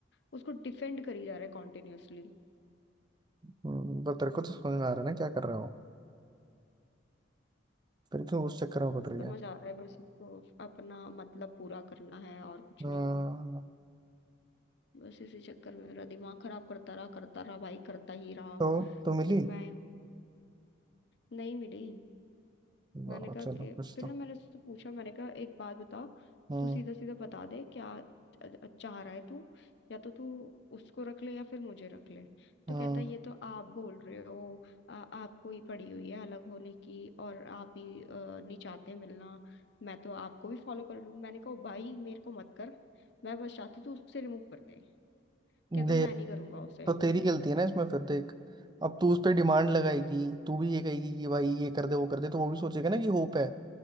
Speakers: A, on the left (about 65°); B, on the right (about 20°).
A: उसको डिफेंड करी जा रहा है कॉन्टिन्यूअसली
B: हम्म, पर तेरे को तो समझ में आ रहा है ना क्या कर रहा हो फिर क्यों उस चक्कर में पड़ रही
A: समझ
B: है
A: आ रहा है बस उसको अपना मतलब पूरा करना है और कुछ
B: हम्म,
A: नहीं बस इसी चक्कर में मेरा दिमाग खराब करता रहा करता रहा भाई करता ही रहा
B: तो तो मिली
A: मैं नहीं मिली
B: वाह
A: मैंने कहा
B: चलो
A: कि
B: कुछ
A: फिर
B: तो
A: ना मैंने उससे पूछा मैंने कहा एक बात बता
B: हम्म
A: तू सीधा सीधा बता दे क्या च- चाह रहा है तू या तो तू उसको रख ले या फिर मुझे रख ले
B: हम्म
A: तो कहता है ये तो आप बोल रहे हो आ, आपको ही पड़ी हुई है अलग होने की और आप ही अ, नहीं चाहते मिलना मैं तो आपको भी फॉलो कर लूँ मैंने कहा "ओ भाई मेरे को मत कर मैं बस चाहती तू उससे रिमूव कर दे कहता
B: दे
A: मैं नहीं करूंगा उसे
B: तो तेरी गलती है ना इसमें फिर देख अब तू उस पर डिमांड लगाएगी तू भी ये कहेगी कि भाई ये कर दे वो कर दे तो वो भी सोचेगा ना कि होप है